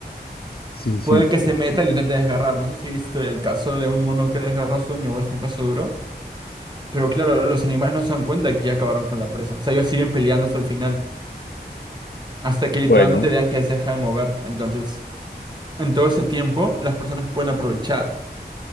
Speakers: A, on the left; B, on the right.
A: Sí, sí, sí,
B: Puede que se
A: ok.
B: meta y lo intente desgarrar. No sé si viste el caso de un mono que desgarró a su dueño, igual fue un caso duro. Pero claro, los animales no se dan cuenta que ya acabaron con la presa. O sea, ellos siguen peleando hasta el final, hasta que literalmente
A: Bueno,
B: vean que se deja de mover. Entonces, en todo ese tiempo, las personas pueden aprovechar.